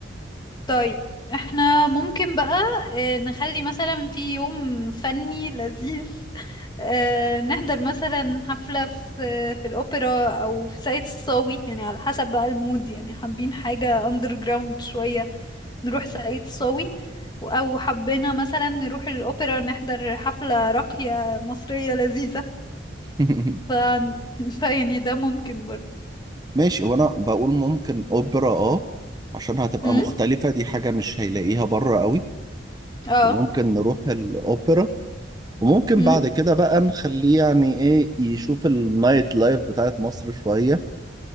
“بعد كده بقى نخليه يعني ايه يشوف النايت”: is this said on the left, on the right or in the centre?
Right